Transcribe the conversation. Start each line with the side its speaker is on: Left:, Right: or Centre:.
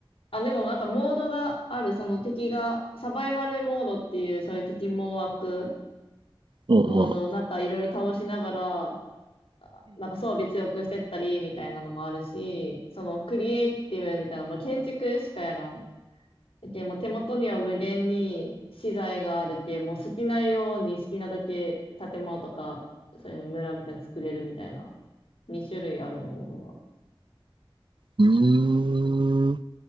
Left: あ、でもなんかモードがある、その敵が、サバイバルモードっていう、そういう敵も湧く
Right: うんうん。
Left: モードをなんかいろいろ倒しながら、あなんか装備強くしてったりみたいなのもあるし、そのクリエイティブみたいなのも建築しかやらん。けもう手元には無限に資材があるけ、もう好きなように好きなだけ建物とか、そういうの村みたいなの作れるみたいな、2種類あるモードが。
Right: うん。う